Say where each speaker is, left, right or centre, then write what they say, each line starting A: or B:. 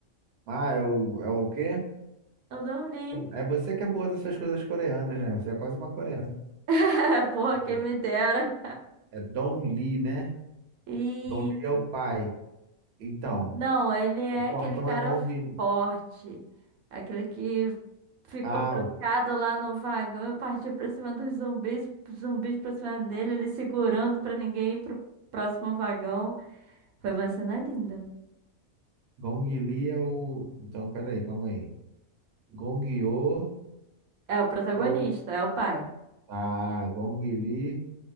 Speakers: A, on the right; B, on the right.
A: Ah, é o, é o quê?
B: Eu não li.
A: É você que é boa dessas coisas coreanas, né? Você é quase uma coreana.
B: <laughs> Porra,
A: É
B: quem me dera.
A: é Dong Li, né?
B: <laughs>
A: Gong
B: Isso.
A: Li é o pai. Então,
B: Não, ele é
A: o portão
B: aquele cara
A: é Gong.
B: forte, aquele que ficou
A: Ah,
B: trancado
A: o
B: lá no vagão e partiu pra cima dos zumbis, zumbis pra cima dele, ele segurando pra ninguém ir pro próximo vagão. Foi uma cena linda.
A: Gong Li é o. Então, peraí, calma aí. Gong Yoo
B: É o protagonista,
A: é o.
B: é o pai.
A: Ah, Gong Li